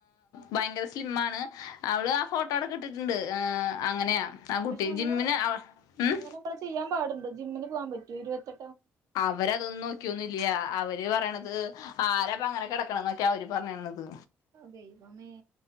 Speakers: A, on the left; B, on the right.
A: ഭയങ്കര സ്ലിം ആണ് അവള് ആ ഫോട്ടോയൊക്കെ ഇട്ടിട്ടുണ്ട് അങ്ങനെയാ ആ കുട്ടി
B: പക്ഷെ അങ്ങനെ
A: ജിമ്മിന് അവ ഉം
B: അങ്ങനെ നമ്മള് ചെയ്യാൻ പാടുണ്ടോ ജിമ്മിന് പോകാൻ പറ്റോ ഇരുപത്തെ
A: അവരതൊന്നും നോക്കി ക്കുന്നില്യ അവർ പറയാണത് ആര ഇപ്പൊ അങ്ങനെ കിടക്കണ എന്നൊക്കെ അവര് പറയണത്
B: ദൈവമേ